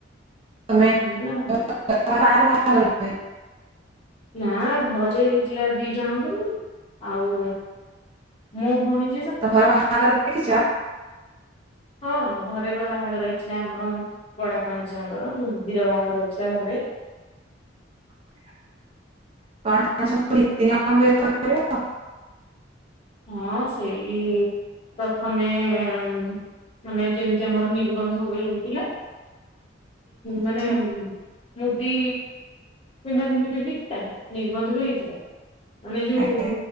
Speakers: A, on the right; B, on the left.
A: <unintelligible>
B: ହେଲା ନା ଘରେ ହେଇଥିଲା ଦି ଜଣଙ୍କର ଆଉ ମୋ ଭଉଣୀ ଯି
A: ତ ଘରେ ବାହାଘର ଦେଖିଛ।
B: ହଁ ଘରେ ବା ବାହାଘର ହେଇଥିଲା ଆମର ବଡ଼ବାପା ଝିଅଙ୍କର ଦିଦିର ବାହାଘର ହେଇଥିଲା ଘରେ।
A: <inaudible> <unintelligible>
B: ହଁ ସେଇ ପ୍ରଥମେ ଏଁ ମାନେ ଯେମିତି ଆମର ନିର୍ବନ୍ଧ ହୁଏ ହେଇଥିଲା। ମାନେ
A: ଆଚ୍ଛା
B: ମୁଁ ମୁଦି ପିନ୍ଧା ପିନ୍ଧି ବି ହେଇଥିଲା ନିର୍ବନ୍ଧ ବି ହେଇଥିଲା। ମାନେ ଯୋଉ
A: ଆଜ୍ଞା